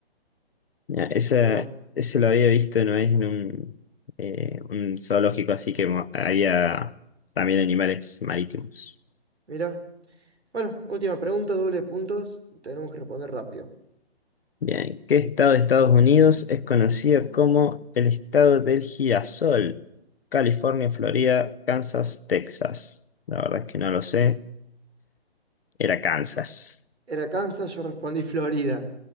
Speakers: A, on the left (about 60°); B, on the right (about 80°).
A: Mira, ese,
B: Bueno,
A: ese lo había visto una vez en un, eh, un zoológico, así que mo- había también animales marítimos.
B: mira. Bueno, última pregunta, doble de puntos. Tenemos que responder rápido.
A: Bien, ¿qué estado de Estados Unidos es conocido como el estado del girasol? California, Florida, Kansas, Texas. La verdad es que no lo sé. Era Kansas.
B: Era Kansas, yo respondí <laughs> Florida.